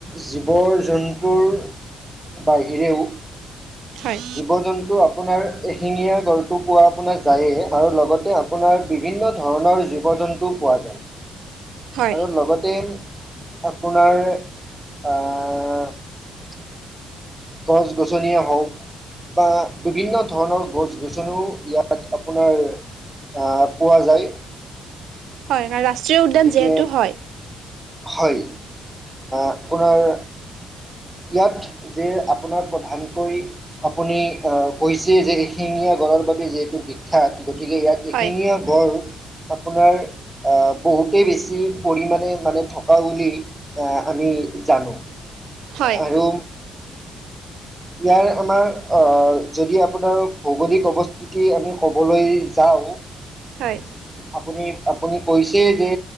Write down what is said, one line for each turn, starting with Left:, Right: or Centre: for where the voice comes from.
Centre: জীৱ-জন্তুৰ বাহিৰেও
Right: হয়
Centre: জীৱ-জন্তু আপোনাৰ এশিঙীয়া গঁড়টো পোৱা আপোনাৰ যায়ে আৰু লগত আপোনাৰ বিভিন্ন ধৰণৰ জীৱ জন্তু পোৱা যায়।
Right: হয়
Centre: আৰু লগতে আপোনাৰ আহ গছ গছনিয়ে হওঁক। বা বিভিন্ন ধৰণৰ গছ গছনিও ইয়াত আপোনাৰ। আহ, পোৱা যায়।
Right: হয় কাৰণ ৰাষ্ট্ৰীয় উদ্যান
Centre: গতিকে
Right: যিহেতু হয়।
Centre: হয়, আপোনাৰ। ইয়াত যে আপোনাক প্ৰধানকৈ আপুনি আহ কৈছে যে এশিঙীয়া গড় বাবে যিহেতু বিখ্যাত। গতিকে ইয়াত এখিঙীয়া
Right: হয়
Centre: গড়। আপোনাৰ বহুতে বেছি পৰিমাণে মানে থকা বুলি। আহ, আমি জানো।
Right: হয়
Centre: আৰু ইয়াৰ আমাৰ। যদি আপোনাৰ ভৌগোলিক অৱস্থিতি আমি ক'বলৈ যাওঁ।
Right: হয়
Centre: আপুনি আপুনি কৈছে যে